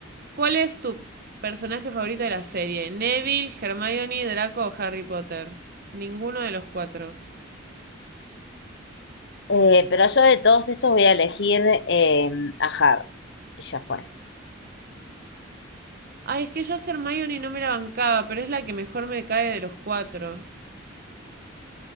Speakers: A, on the right; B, on the left.
A: ¿cuál es tu personaje favorito de la serie? ¿Neville, Hermione, Draco o Harry Potter? Ninguno de los cuatro.
B: Eh, pero yo de todos estos voy a elegir eh, a Harry. Y ya fue.
A: Ay, es que yo a Hermione no me la bancaba, pero es la que mejor me cae de los cuatro.